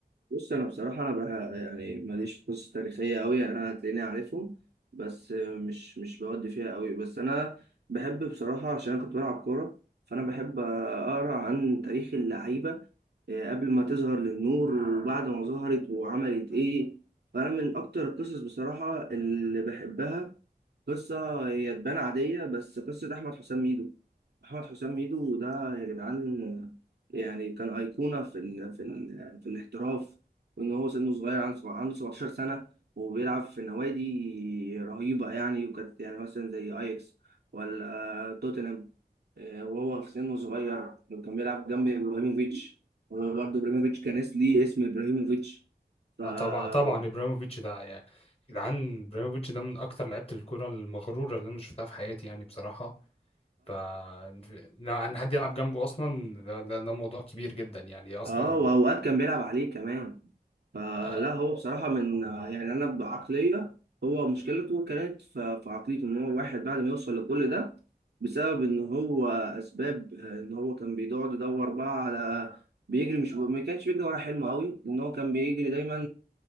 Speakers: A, on the right (about 80°); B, on the left (about 35°).
A: بص انا بصراحة انا بقى يعني ماليش في قصص تاريخية قوي يعني انا هتلاقيني عارفهم بس مش مش بودي فيها قوي بس انا بحب بصراحة عشان انا كنت بلعب كورة فانا بحب اقرا عن تاريخ اللعيبة آه، قبل ما تظهر للنور وبعد ما ظهرت وعملت ايه فانا من اكتر القصص بصراحة اللي بحبها قصة هي تبان عادية بس قصة أحمد حسام ميدو أحمد حسام ميدو ده يا جدعان يعني كان أيقونة في ال في ال في الاحتراف وإن هو سنه صغير عنده سبع- عنده 17 سنة وبيلعب في نوادي رهيبة يعني وكانت يعني مثلا زي أياكس ولا توتنهام آه، وهو في سنه صغير كان بيلعب جنب إبراهيموفيتش هو برضه إبراهيموفيتش كان اس- ليه اسم إبراهيموفيتش فطبعا
B: آه طبعا طبعا ابراهيموفيتش ده يعني جدعان ابراهيموفيتش ده من اكتر لعيبه الكوره المغروره اللي انا شفتها في حياتي يعني بصراحه ف لا، ان حد يلعب جنبه اصلا ده, ده, ده موضوع كبير جدا يعني اصلا
A: آه وأوقات كان بيلعب عليه كمان فلا
B: اه
A: هو بصراحة من يعني أنا بعقلية هو مشكلته كانت في في عقليته إن هو واحد بعد ما يوصل لكل ده بسبب إن هو أسباب آه، إن هو كان بيقعد يدور بقى على بيجري مش ما كانش بيجري ورا حلمه قوي لأن هو كان بيجري دايما